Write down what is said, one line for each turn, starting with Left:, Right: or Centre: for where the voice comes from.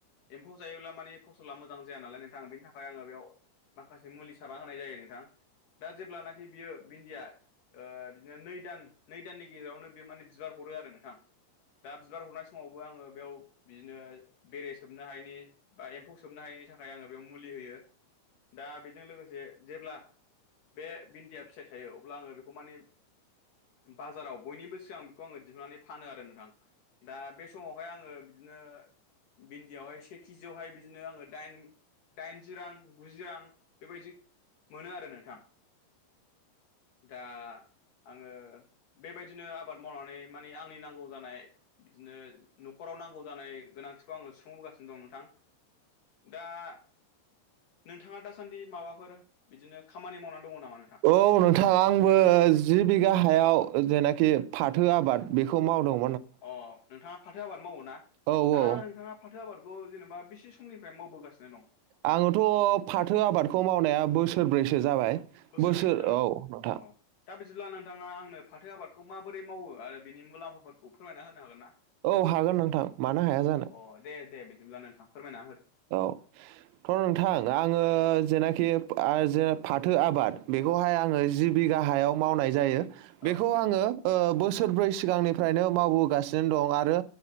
Left: एम्फौ जायोब्ला मानानि फसला मोजां जाया नालाय नोंथां बेनि थाखाय आङो बेयाव माखासे मुलि सारना होनाय जायो नोंथां। दा जेब्लानाखि बियो बिन्दिया बिदिनो नै दान नै दाननि गेजेरावनो बे माने बिबार हरो आरो नोंथां दा बिबार हरनाय समाव आङो बेयाव बिदिनो बेरे सोबनो हायैनि बा एम्फौ सोबनो हायिनि थाखाय आङो बेयाव मुलि होयो। दा बेजों लोगोसे जेब्ला बे बिन्दिया फिसाइ थायो अब्ला आङो बेखौ माने बाजाराव बयनिबो सिगां बेखौ आङो दिहुननानै फानो आरो नोंथां दा बे समावहाय आङो बिदिनो भिन्दियावहाय से केिजियावहाय बिदिनो आङो दाइन दाइनजि रां। बुजियो आं बेबायदि मोनो आरो नोंथां। दा। आङो बेबायदिनो आबाद मावनानै माने आंनि नांगौ जानाय बिदिनो न'खराव नांगौ जानाय गोनांथिखौ आङो सुफुंबोगासिनो दं नोंथां दा नोंथाङा दासान्दि माबाफोर बिदिनो खामानि मावनानै दङ नामा नोंथां
Right: औ नोंथां आंबो जि। बिघा हायाव जेनेखि फाथो आबाद बेखौ मावदों
Left: अ नोंथाङा फाथो आबाद मावो ना
Right: औ
Left: दा
Right: औ
Left: नोंथाङा फाथो आबादखौ जेनेबा बेसे फुंनिफ्राय मावबोगासिनो दं
Right: आङोथ' फाथो आबादखौ मावनाया बोसोरब्रैसो। सो जाबाय
Left: बोसोरब्रैसो
Right: बोसोर
Left: जाबाय?
Right: औ नोंथां।
Left: अ दा बिदिब्ला नोंथांङा आंनो फाथो आबादखौ माबोरै मावो आरो बिनि मुलाम्फाफोरखौ फोरमायना होनो हागोन ना?
Right: औ हागोन नोंथां मानो हाया जानो।
Left: अ दे दे बिदिब्ला नोंथाङा फोरमायना हो।
Right: औ थ' नोंथां आङो जेनाखि। आजो फाथो आबाद बेखौहाय आङो जि बिगा हायाव मावनाय जायो।
Left: औ
Right: बेखौ आंङो ओ। बोसोरब्रै सिगांनिफ्रायनो मावबोगासिनो दं आरो